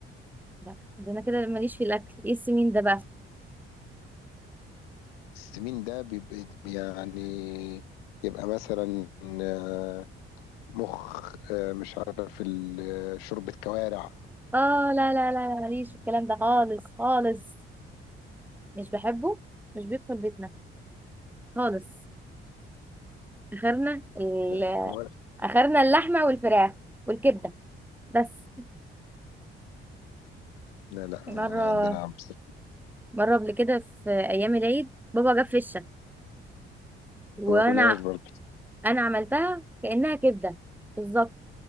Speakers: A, in the centre; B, on the left.
A: لا ده انا كده ماليش في الاكل ايه السمين ده بقى
B: السمين ده بيبقى يعني يبقى مثلا آه، مخ آه، مش عارف ال- آه، شوربة كوارع
A: اه لا لا لا لا ماليش في الكلام ده خالص خالص مش بحبه مش بيدخل بيتنا خالص اخرنا ال...
B: لا لا كوارع.
A: اخرنا اللحمة والفراخ والكبدة بس
B: لا لا
A: مرة
B: انا عندنا عمس.
A: مرة قبل كده في ايام العيد بابا جاب فشة وانا
B: ما باكلهاش برضه
A: انا عملتها كانها كبده بالظبط